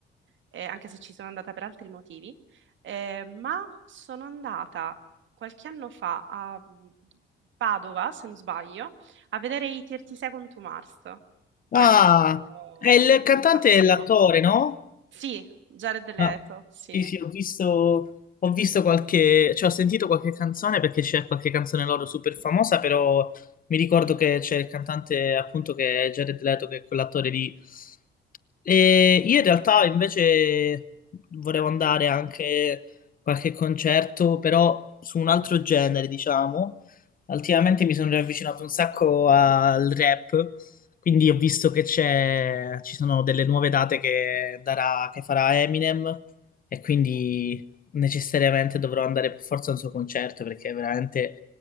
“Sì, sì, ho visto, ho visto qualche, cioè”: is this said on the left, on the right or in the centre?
Left